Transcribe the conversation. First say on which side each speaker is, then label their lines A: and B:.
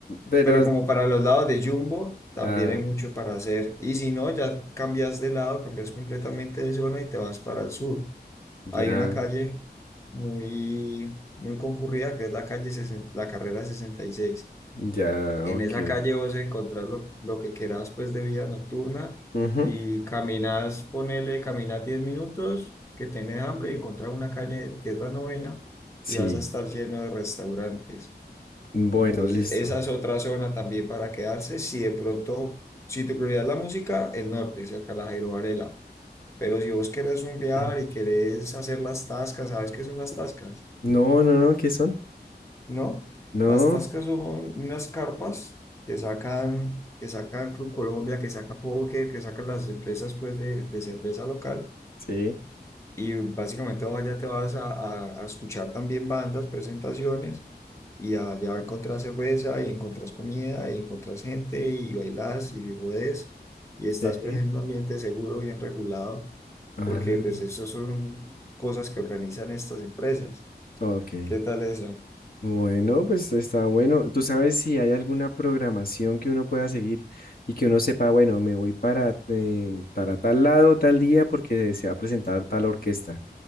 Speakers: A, on the left (about 55°); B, on the left (about 15°).
A: Pero,
B: Pero como para los lados de Jumbo, también
A: ah,
B: hay mucho para hacer. Y si no, ya cambias de lado, cambias completamente de zona y te vas para el sur. Hay
A: ya,
B: una calle muy, muy concurrida que es la calle sesen- la carrera sesenta y seis
A: ya,
B: En
A: ok.
B: esa calle vos encontrás lo, lo que quieras pues de vida nocturna
A: Ujú,
B: y caminas, ponele, caminas 10 minutos que tenés hambre y encontrás una calle que es la novena
A: Sí,
B: y vas a estar lleno de restaurantes.
A: bueno,
B: Entonces,
A: listo.
B: esa es otra zona también para quedarse. Si de pronto, si tu prioridad es la música, el norte, cerca de la Jairo Varela. Pero si vos querés rumbear
A: <clears throat>
B: y querés hacer las tascas, ¿sabes qué son las tascas?
A: No, no, no, ¿qué son?
B: ¿No?
A: No,
B: Las tascas son unas carpas que sacan, que sacan Club Colombia, que saca Poker, que sacan las empresas pues de, de cerveza local
A: sí,
B: Y básicamente allá te vas a, a- a escuchar también bandas, presentaciones, y allá encontrás cerveza, y encontrás comida, y encontrás gente, y bailás, y rodés, y estás
A: sí.
B: pues en un ambiente seguro, bien regulado,
A: Ah,
B: porque pues eso son cosas que organizan estas empresas.
A: ok.
B: ¿Qué tal eso?
A: Bueno, pues está bueno. ¿Tú sabes si hay alguna programación que uno pueda seguir y que uno sepa, bueno, me voy para, eh, para tal lado, tal día, porque se va a presentar tal orquesta?